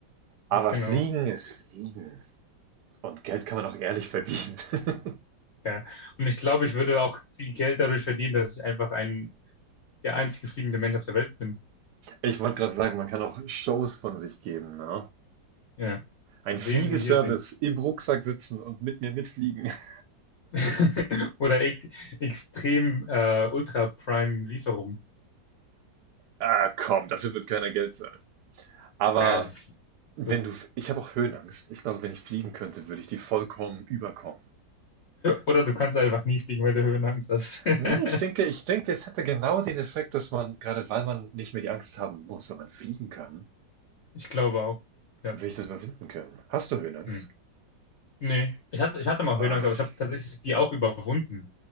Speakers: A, on the right; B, on the left.
A: Aber
B: genau.
A: Fliegen ist Fliegen. Und Geld kann man auch ehrlich verdienen. <laughs>
B: Ja. Und ich glaube, ich würde auch viel Geld dadurch verdienen, dass ich einfach ein, der einzige fliegende Mensch auf der Welt bin.
A: Ich wollte gerade sagen, man kann auch Shows von sich geben, ne?
B: Ja.
A: Ein
B: Sehen
A: Fliegeservice
B: Sie hier den.
A: im Rucksack sitzen und mit mir mitfliegen. <laughs>
B: <laughs> Oder ek- extrem äh, Ultra Prime Lieferung.
A: Ah, komm, dafür wird keiner Geld zahlen. Aber
B: Ja,
A: wenn
B: gut.
A: du, ich habe auch Höhenangst. Ich glaube, wenn ich fliegen könnte, würde ich die vollkommen überkommen.
B: Oder du kannst einfach nie fliegen, weil du Höhenangst hast. <laughs>
A: Nee, ich denke, ich denke, es hätte genau den Effekt, dass man, gerade weil man nicht mehr die Angst haben muss, wenn man fliegen kann,
B: Ich glaube auch. Ja.
A: will ich das überwinden können. Hast du Höhenangst?
B: Hm. Nee, ich hatte, ich hatte mal
A: Ach,
B: Höhenangst, aber ich habe tatsächlich die auch überwunden,